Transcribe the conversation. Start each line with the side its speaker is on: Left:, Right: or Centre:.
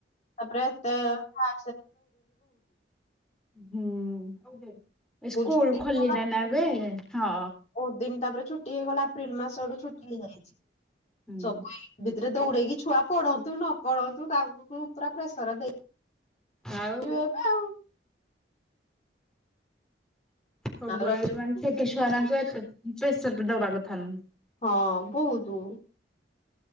Left: ତାପରେ ଏତେ ଖା
Centre: ହୁଁ ସ୍କୁଲ
Left: ଛୁଟି ହେଇଗଲା
Centre: ଖୋଲିଲ ନା ଏବେ ହଁ।
Left: ବହୁତ ଦିନ ତାପରେ ଛୁଟି ହେଇଗଲା ଏପ୍ରିଲ ମାସ ଆଡୁ ଛୁଟି ହେଇଯାଇଛି
Centre: ହୁଁ।
Left: ସବୁ ରେ ଦୌଡେଇକି ଛୁଆ ପଢନ୍ତୁ ନ ପଢନ୍ତୁ ତାଙ୍କୁକୁ ପୁରା ପ୍ରେସର ଦେଇ
Centre: ଆଉ
Left: ଇଏ ତ ଆଉ
Centre: <unintelligible>
Left: ଆଉ ହଁ ବୋହୁତ।